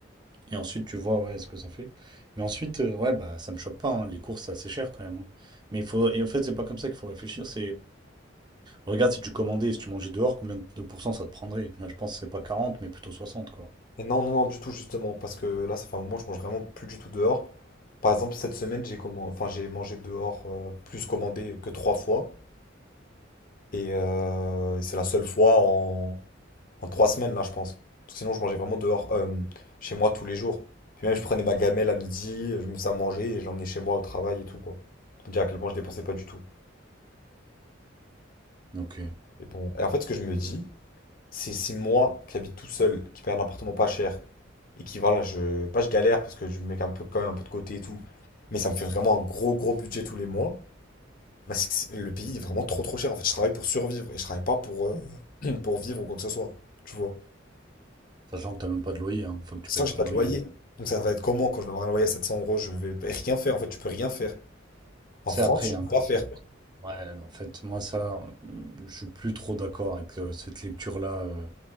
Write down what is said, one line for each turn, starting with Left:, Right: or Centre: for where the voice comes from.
Right: Et ensuite, tu vois ouais, ce que ça fait. Mais ensuite, euh, ouais, bah ça me choque pas. hein. Les courses, c'est assez cher quand même. hein. Mais il faut. Et en fait, c'est pas comme ça qu'il faut réfléchir. C'est. Regarde si tu commandais, si tu mangeais dehors, combien de pourcents ça te prendrait? Là, je pense que c'est pas quarante mais plutôt soixante quoi.
Left: Et non, non, non, du tout, justement, parce que là, ça fait un moment, je mange vraiment plus du tout dehors. Par exemple, cette semaine, j'ai commandé, enfin, j'ai mangé dehors euh, plus commandé que trois fois. Et, euh, et c'est la seule fois en, en trois semaines, là, je pense. Parce que sinon, je mangeais vraiment dehors, euh, chez moi tous les jours. Puis même, je prenais ma gamelle à midi, je me faisais à manger et j'emmenais chez moi au travail et tout, quoi. Pour te dire à quel point je dépensais pas du tout.
Right: Ok.
Left: Et bon, et en fait, ce que je me dis, c'est c'est moi qui habite tout seul, qui paye un appartement pas cher, et qui, voilà, je, pas je galère parce que je mets un peu, quand même un peu de côté et tout, mais ça me fait vraiment un gros, gros budget tous les mois. Bah, c'est que c'est- le pays est vraiment trop, trop cher. En fait, je travaille pour survivre et je travaille pas pour, euh, <clears throat> pour vivre ou quoi que ce soit, tu vois.
Right: Sachant que t'as même pas de loyer, hein. Faut que tu
Left: Sinon,
Right: payes
Left: j'ai
Right: pas
Left: pas
Right: de
Left: de
Right: loyer.
Left: loyer. Donc, ça va être comment quand je vais avoir un loyer à 700 euros? Je vais rien faire. En fait, tu peux rien faire. En
Right: C'est
Left: France,
Right: après,
Left: je
Right: il y a
Left: peux
Right: un concept.
Left: pas faire.
Right: Ouais, en fait, moi, ça, euh, je suis plus trop d'accord avec euh, cette lecture-là, euh,